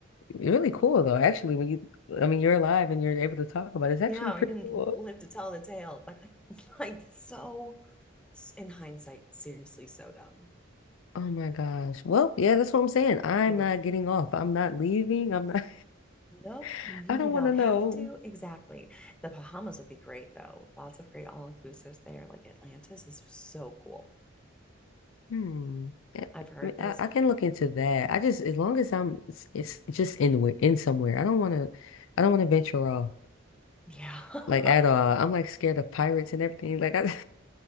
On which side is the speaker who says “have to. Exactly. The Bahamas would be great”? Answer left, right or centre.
Centre